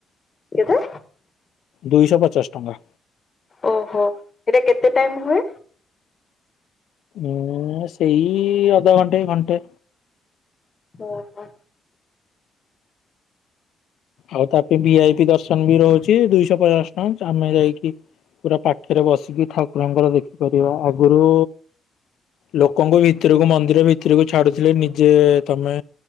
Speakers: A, on the left; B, on the left.
A: କେତ।
B: ଦୁଇଶ ପଚାଶ ଟଙ୍କା।
A: ଓହୋ ଏଟା କେତେ ଟାଇମ୍ ହୁଏ।
B: ଉଁ ସେଇ ଅଧଘଣ୍ଟେ ଘଣ୍ଟେ।
A: ଓହୋ।
B: ଆଉ ତା ପାଇଁ ଭିଆଇ ପି ଦର୍ଶନ ବି ରହୁଛି ଦୁଇଶହ ପଚାଶ ଟଙ୍କା ଆମେ ଯାଇକି କି ପୁରା ପାଖରେ ବସିକି ଠାକୁରଙ୍କର ଦେଖିପାରିବା ଆଗରୁ ଲୋକଙ୍କୁ ଭିତରକୁ ମନ୍ଦିର ଭିତରକୁ ଛାଡୁଥିଲେ ନିଜେ ତମେ